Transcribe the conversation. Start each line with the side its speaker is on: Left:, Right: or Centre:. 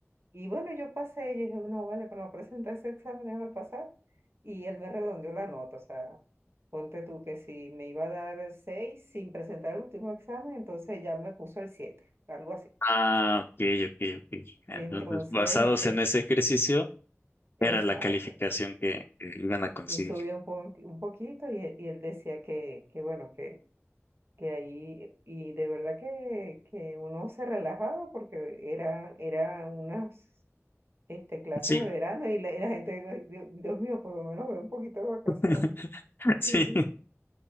Right: Y bueno, yo pasé, yo dije, no, vale, pero no presenta ese examen, déjame pasar. Y él me redondeó la nota, o sea, ponte tú que si me iba a dar el 6 sin presentar el último examen, entonces ya me puso el 7, algo así.
Left: Ah, ok, ok, ok. Entonces,
Right: Entonces,
Left: basados
Right: eh,
Left: en ese ejercicio,
Right: exacto.
Left: era la calificación que, que iban a conseguir.
Right: Y subió un, po- un poquito y, e- y él decía que, que bueno, que que ahí, y de verdad que, que uno se relajaba porque era, era unas este, clases
Left: Sí,
Right: de verano y la, y la gente, Dios, Dios mío, por lo menos veo un poquito de vacaciones.
Left: <laughs> Sí,
Right: Sí,